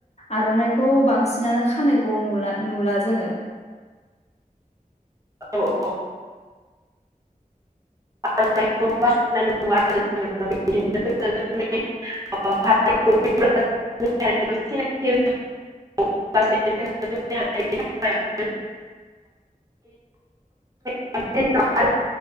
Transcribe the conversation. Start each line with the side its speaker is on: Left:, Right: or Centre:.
Left: आर'नाइखौ बांसिनानो खानायखौ नुला नुला जोङो
Right: औ <unintelligible> <unintelligible> <unintelligible> <unintelligible> बा जोंनि हादोरनि थाखाय <unintelligible>